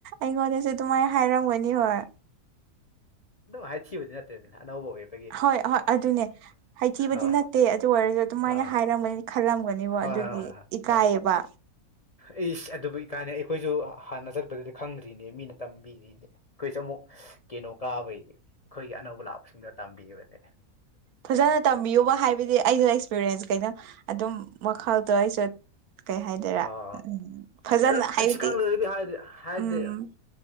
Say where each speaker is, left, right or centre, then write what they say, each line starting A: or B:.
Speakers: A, on the right; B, on the left.
A: ꯑꯩꯉꯣꯟꯗꯁꯨꯦ ꯑꯗꯨꯃꯥꯏ ꯍꯥꯏꯔꯝꯒꯅꯤ ꯍꯣꯏ
B: ꯑꯗꯨꯝ ꯍꯥꯏ ꯊꯕꯗꯤ ꯅꯠꯇꯦꯅꯤꯅꯦ ꯑꯅꯧꯕ ꯑꯣꯏꯕ
A: ꯍꯣꯏ ꯍꯣꯏ ꯑꯗꯨꯅꯦ ꯍꯩꯊꯤꯕꯗꯤ
B: ꯑꯥ
A: ꯅꯠꯇꯦ ꯑꯗꯨ ꯑꯣꯏꯔꯒ ꯑꯗꯨꯃꯥꯏꯅ
B: ꯑꯥ
A: ꯍꯥꯏꯔꯝꯒꯅꯤ ꯈꯜꯂꯝꯒꯅꯤꯕ
B: ꯍꯣꯏ
A: ꯑꯗꯨꯒꯤ
B: ꯍꯣꯏ ꯍꯣꯏ ꯍꯣꯏ
A: ꯏꯀꯥꯕ
B: ꯍꯣꯏ ꯑꯩꯁ ꯑꯗꯨꯕꯨ ꯏꯀꯥꯏꯅꯦ ꯑꯩꯈꯣꯏꯖꯨ ꯍꯥꯟꯅ ꯆꯠꯄꯗꯗꯤ ꯈꯪꯗ꯭ꯔꯤꯅꯦ ꯃꯤꯅ ꯇꯝꯕꯤꯔꯤꯅꯦ ꯑꯩꯈꯣꯏꯁꯨꯃꯨꯛ ꯀꯩꯅꯣ ꯀꯥꯕꯩ ꯈꯣꯏꯒꯤ ꯑꯅꯧꯕ ꯂꯥꯛꯄꯁꯤꯡꯗ ꯇꯝꯕꯤꯔꯤꯕꯅꯦ
A: ꯐꯖꯅ ꯇꯝꯕꯤꯌꯨꯕ ꯍꯥꯏꯕꯗꯤ ꯑꯩꯅ ꯑꯦꯛꯁꯄꯤꯔꯤꯌꯦꯟꯁ ꯀꯩꯅꯣ ꯑꯗꯨꯝ ꯋꯈꯥꯜꯗꯣ ꯑꯩꯁꯨ ꯀꯩ ꯍꯥꯏꯗꯣꯏꯔꯥ
B: ꯑꯣ
A: ꯎꯝ ꯐꯖꯅ
B: ꯑꯗꯨꯝ ꯑꯩꯁꯨ
A: ꯍꯥꯏꯕꯗꯤ
B: ꯈꯪꯗꯦ ꯑꯗꯨꯗꯤ ꯍꯥꯏꯗꯤ ꯍꯥꯏꯗꯦ
A: ꯎꯝ